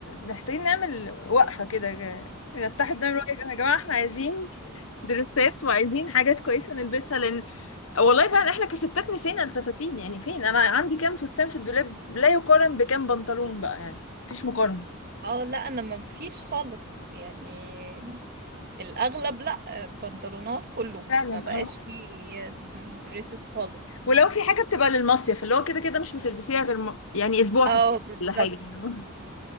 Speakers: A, on the left (about 65°); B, on the right (about 45°).
A: محتاجين نعمل وقفه كده ج- نتحد نعمل وقفه يا جماعه احنا عايزين درسات وعايزين حاجات كويسه نلبسها لان والله فعلا احنا كستات نسينا الفساتين يعني فين انا عندي كام فستان في الدولاب لا يقارن بكام بنطلون بقى يعني مفيش مقارنة
B: اه لا انا ما فيش خالص يعني الاغلب لا بنطلونات كله
A: فعلا
B: ما بقاش
A: اه
B: فيه دريسز خالص
A: ولو في حاجة بتبقى للمصيف اللي هو كده كده مش بتلبسيها غير م... يعني اسبوع
B: اه
A: في السنة
B: بالظبط
A: ولا حاجة <laughs>